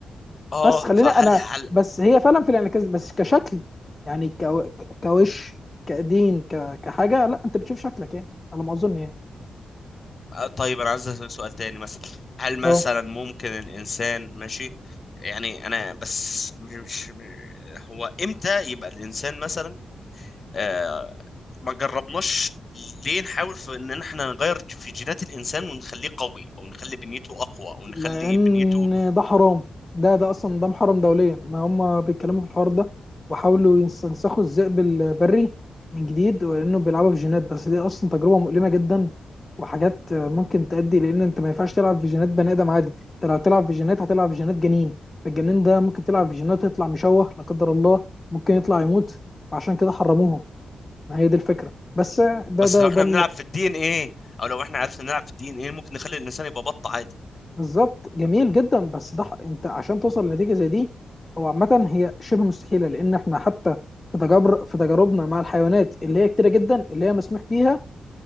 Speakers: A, on the left (about 40°); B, on the left (about 25°).
A: اه
B: بس خلينا
A: فهل
B: انا
A: هل
B: بس هي فعلا في الانعكاس بس كشكل يعني كو- كوش كدين ك- كحاجه لا انت بتشوف شكلك ايه على ما اظن يعني
A: آه، طيب انا عايز اسالك سؤال تاني مثلا هل مثلا
B: اه
A: ممكن الانسان ماشي يعني انا بس مش مش- هو امتى يبقى الانسان مثلا آه ما جربناش ليه نحاول في ان احنا نغير في جينات الانسان ونخليه قوي او نخلي بنيته اقوى او
B: لان
A: نخلي بنيته
B: ده حرام ده ده اصلا ده محرم دوليا ما هم بيتكلموا في الحوار ده وحاولوا يستنسخوا الذئب البري من جديد ولانه بيلعبوا في جينات بس دي اصلا تجربه مؤلمه جدا وحاجات ممكن تؤدي لان انت ما ينفعش تلعب في جينات بني ادم عادي انت لو هتلعب في جينات هتلعب في جينات جنين فالجنين ده ممكن تلعب في جينات يطلع مشوه لا قدر الله ممكن يطلع يموت فعشان كده حرموها ما هي دي الفكره بس ده
A: بس
B: ده
A: لو احنا
B: ده
A: بنلعب في الدي ان ايه او لو احنا عرفنا نلعب في الدي ان ايه ممكن نخلي الانسان يبقى بط عادي
B: بالظبط جميل جدا بس ده ح- انت عشان توصل لنتيجه زي دي هو عامه هي شبه مستحيله لان احنا حتى في تجارب في تجاربنا مع الحيوانات اللي هي كتيره جدا اللي هي مسموح بيها